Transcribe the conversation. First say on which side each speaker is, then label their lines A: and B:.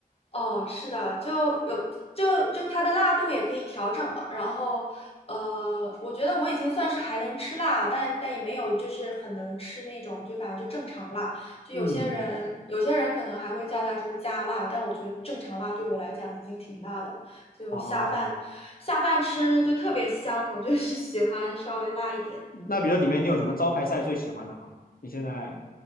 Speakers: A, on the left; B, on the left.
A: 哦，是的，就有就就它的辣度也可以调整嘛。然后，呃，我觉得我已经算是还能吃辣，但但也没有就是很能吃那种，就反正就正常辣。就有些人有些人可能还会叫他说加辣，
B: 嗯
A: 但我觉得正常辣对我来讲已经挺辣的了就下饭下饭吃就特别香，
B: 啊
A: 我就是 <laughs> 喜欢稍微辣一点。嗯。
B: 那比如说里面你有什么招牌菜最喜欢的吗？你现在